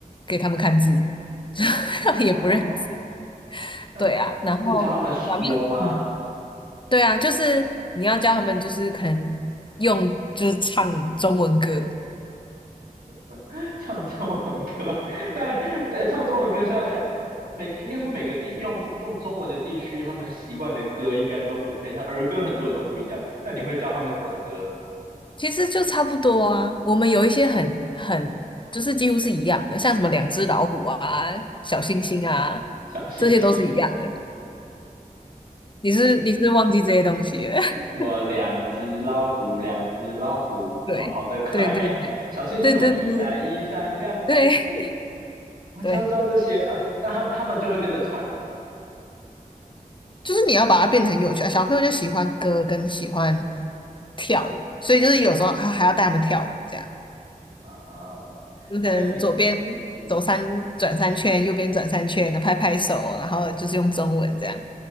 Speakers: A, on the left; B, on the right.
A: 给他们看字，<laughs> 他们也不认字。
B: 哦，那是教他们说吗？
A: 对啊，然后咱们嗯，对啊，就是你要教他们，就是可能用就是唱中文歌，
B: <laughs> 唱中文歌，但但唱中文歌像，呃每应该说每个地用用中文的地区，他们习惯的歌应该都不太一样，儿歌很多也都不一样。那你会教他们什么歌？
A: 其实就差不多啊。我们有一些很很就是几乎是一样的，像什么两只老虎啊、小星星啊，
B: <laughs> 小星星
A: 这些都是一样的。你是你是忘记这些东西了？<laughs>
B: 什么两只老虎，两只老虎，
A: 对对对对
B: 然后跑得快。<laughs> 小星星什么一闪一闪亮晶晶，
A: 对对对对
B: 我就要教这些啊，
A: 对。
B: 那他他们就会跟着唱
A: 就是你要把它变得很有趣啊。小朋友就喜欢歌跟喜欢跳舞，所以就是有时候还还要带他们跳舞，这样
B: 啊。
A: 就可能左边走三转三圈，
B: 那你嗯
A: 右边转三圈，拍拍手，然后就是用中文这样。